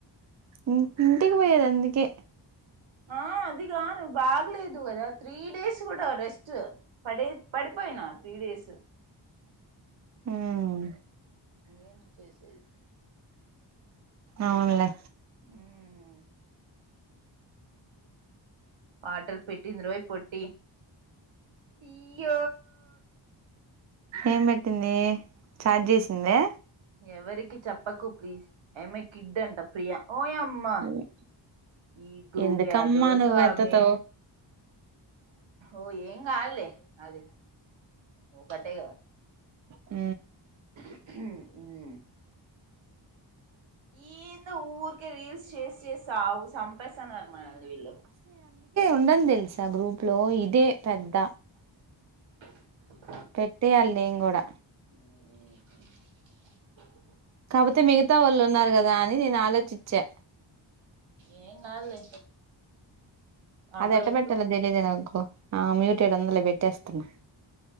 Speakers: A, on the right; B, on the right.
A: ఇ వటికి పోయదా అందుకే
B: ఆ అది గాదు బాగులేదు కదా త్రీ డేస్ కూడా రెస్ట్ పడే-పడిపోయినా త్రీ డేస్
A: ఉమ్
B: ఏం చేసేది <inaudible>
A: అవునులే
B: ఊమ్ <inaudible> పాటల్ పెట్ పెట్టింది రోయ్ పొట్టి ఇయ
A: ఏం పెట్టింది చాట్ చేసిందే
B: ఎవరికి చెప్పకు ప్లీజ్ ఈ అమ్మాయి కిడ్ అంట ప్రియా ఓ యమ్మ
A: అదే
B: ఈ గ్రూప్
A: ఎందుకమ్మా
B: యాదో
A: నువ్వెత్తుతావ్
B: సామి ఓ ఏంగ్ అలే అదిే ఓ కటగావ
A: ఉ
B: ఉ <inaudible> ఈంద ఊరు రీల్స్ చేసి చేస్తవు పసానా అమాది వీళ్ళ
A: ఉంద తెలిసా గ్రూప్ లో ఇదే పెద్ద
B: అ <inaudible>
A: పెట్టేయాలి ఏం కూడా
B: <inaudible>
A: కాకపోతే మిగతా వాళ్ళు ఉన్నారు కదా అని నేను ఆలోచించా.
B: ఏ కాదులే అప్పుడప్పుడు
A: అది యేటబెటలో తెలిదే నావకు ఆ మ్యూటెడ్ ఉందిలే పెట్టేస్తాన్నా